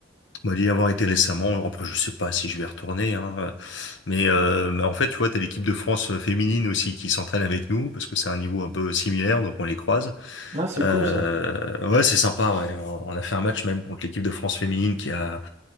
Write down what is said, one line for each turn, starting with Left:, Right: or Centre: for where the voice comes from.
Left: Moi, d'y avoir été récemment, après je sais pas si je vais y retourner, hein, euh, mais, euh, mais en fait, tu vois, t'as l'équipe de France euh, féminine aussi qui s'entraîne avec nous, parce que c'est un niveau un peu similaire, donc on les croise.
Right: Ah, c'est
Left: Euh,
Right: cool ça.
Left: ouais, c'est sympa, ouais. On on a fait un match même contre l'équipe de France féminine qui a,